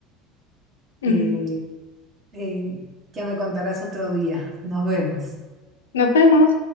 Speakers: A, on the left; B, on the right.
A: ujú.
B: Eh, eh, ya me contarás otro día. Nos vemos.
A: Nos vemos.